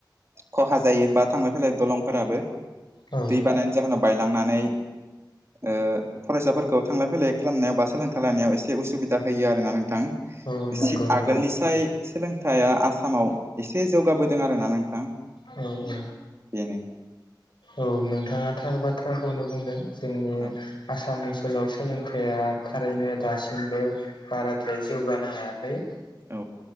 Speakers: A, on the right; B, on the left.
A: खहा जायो बा थांलाय फैलाय दलंफोराबो
B: औ
A: दै बानानि जाहोनाव बायलांनानै ओ फरायसाफोरखौ थांलाय फैलाय खालामनायाव बा सोलोंथाइ लायानायाव एसे उसुबिदा होयो आरो ना नोंथां।
B: औ
A: इसे
B: नंगौ नंगौ
A: आगोलनिसाय सोलोंथाइया आसामाव एसे जौगाबोदों आरोना नोंथां,
B: औ औ
A: बेनो।
B: औ नोंथाङा थार बाथ्राखौनो बुंदों जोंनि
A: औ
B: आसाम मोनसे स्कुलाव सोलोंथाइया थारैनो दासिमबो बाराद्राय जौगानो हायाखै।
A: औ